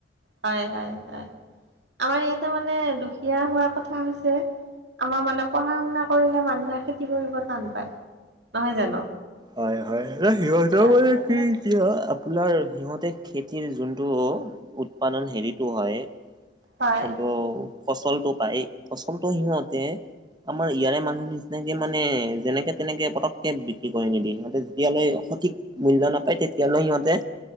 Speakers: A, on the right (about 75°); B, on the right (about 25°).
A: হয় - হয় - হয় আমাৰ ইয়াতে মানে দুখীয়া হোৱাৰ কথা হৈছে। আমাৰ মানে পঢ়া শুনা কৰিলে মানুহে খেতি কৰিব টান পায় নহয় জানো।
B: হয়-হয় সিহঁতেও
A: আচলতে
B: মানে কি প্ৰিয় আপোনাৰ সিহঁতে খেতিৰ যোনটো উৎপাদন হেৰিটো হয়
A: হয়
B: যোনটো ফচলটো পায় ফচলটো সিহঁতে আমাৰ ইয়াৰে মানুহ নিচিনাকে মানে যেনেকে তেনেকে পতককে বি বিকি কৰি নিদিয়ে সিহঁতে যেতিয়ালৈ সঠিক মূল্য নাপায় তেতিয়ালৈ সিহঁতে